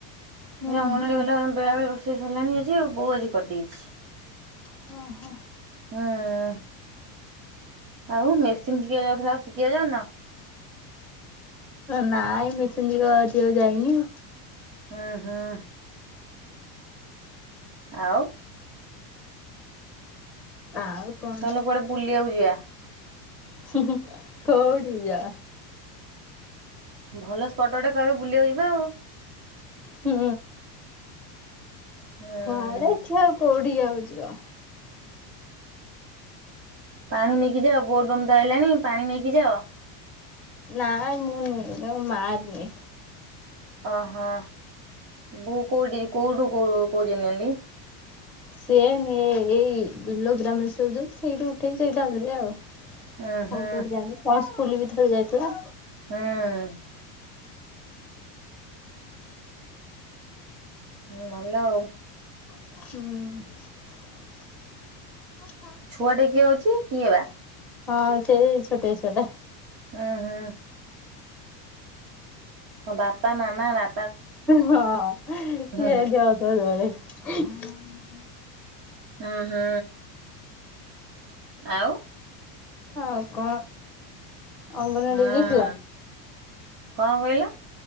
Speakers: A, in the centre; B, on the right (about 60°).
A: ହୁଁ
B: ଏ ଅଙ୍ଗନାବାଡି
A: ହୁଁ
B: ବାଲା ବେଳା ବେଳି ରୋଷେଇ ସରିଲାଣି ଆଜି ଆଉ ବୋଉ ଆଜି କରିଦେଇଛି।
A: ହଁ ହଁ।
B: ହଁ। ଆଉ ମେସିନ୍ ସିଖିଆ ଯାଉଥିଲା ଆଉ ଶିଖିଆ ଯାଉନ?
A: ନାଇଁ ମେସିନ୍ ସିଖିଆକୁ ଆଜି ଆଉ ଯାଇନି।
B: ଆଁ ହଁ। ଆଉ
A: ଆଉ କଣ
B: ତାହାଲେ କୁଆଡେ ବୁଲିବାକୁ ଯିବା?
A: ହୁଁ ହୁଁ କଉଠି କି ଯିବା?
B: ଭଲ ସ୍ପଟ ଗୋଟେ କହିବେ ବୁଲିବାକୁ ଯିବା ଆଉ?
A: ହୁଁ,
B: ହୁଁ
A: କୁଆଡେ ଇଚ୍ଛା ଆଉ କୋଉଠି କି ଆଉ ଯିବା।
B: ପାଣି ନେଇକି ଯାଅ ବୋଲବମ୍ ତ ଆଇଲାଣି ପାଣି ନେଇକି ଯାଅ?
A: ନାଇ ମୁଁ ନିଏନି ମୋ ମା ନିଏ।
B: ଅହଁ, ବୋଉ କଉଠି କଉଠୁ କଉ ଯାକେ ନିଅନ୍ତି?
A: ସିଏ ନିଏ ଏଇ ବିଲ ଗ୍ରାମେଶ୍ଵର ଯୋଉ ସେଇଠି ଉଠେଇକି ସେଇଠି ଢାଳିଦିଏ ଆଉ। ଆଉ
B: ଉଁ ହୁଁ
A: କୁଆଡେ ଯାଇନି ପଞ୍ଚପୁଲି ବି ଥରେ ଯାଇଥିଲା।
B: ହୁଁ। ହୁଁ ଭଲ ଆଉ।
A: ହୁଁ।
B: ଛୁଆ ଟେ କିଏ ଅଛି କିଏ ବା?
A: ହଁ ସେଇ ଛୋଟିଆ ଛୁଆଟା।
B: ଉଁହୁଁ। ହଁ ବାପା, ମାମା ବା
A: ହଁ ଏ ସେମିତି
B: ହୁଁ
A: ହଉଥିବ ସବୁବେଳେ <unintelligible>
B: ଅହଁ, ଆଉ
A: ଆଉ କଣ ଅଙ୍ଗନବାଡି
B: ହଁ,
A: ଯାଇଥିଲ
B: କଣ କହିଲ?